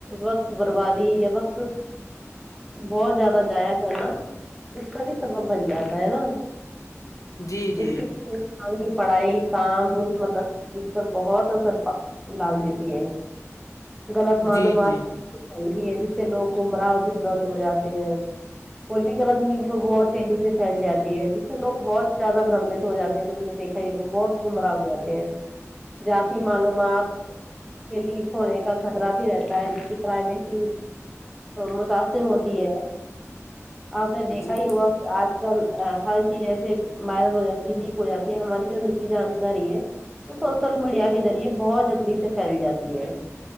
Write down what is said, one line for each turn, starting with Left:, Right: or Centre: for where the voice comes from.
Centre: وقت بربادی یا وقت بہت زیادہ جضایا کرنا اس کا بھی سبب بن جاتا ہے نا
Left: جی جی
Centre: اس کے ہ کی پڑھائی کام بھ ملب بہت اثر پا بال دیتی ہے غلط معلومات
Left: جی جی
Centre: چلتی ہے جس سے لوگ عمراہ و بھیغت ہو جاتے ہیں کوئی بھی غلط میز وہ بہت تیزی سے پھیل جاتی ہے جس سے لوگ بہت زیادہ برمت ہو جے ہیں تو نے دیکھ کی لوگ بہت گمراہ ہو جاتے ہیں ذاتی معلومات کے لیک ہونے کا خطرہ بھی رہتا ہے جس سے پرائیویسی متاثر ہوتی ہے آپ نے دیکھا
Left: جی
Centre: ہی ہوا کہ آج ہر چیز جسے وائرل ہو جاتی ہے لیک ہو جاتی ہے ہماری جو نیچی جانکاری ہے وہ سوشل میڈیا کے ذریعے بہت جلدی سے پھیل جاتی ہے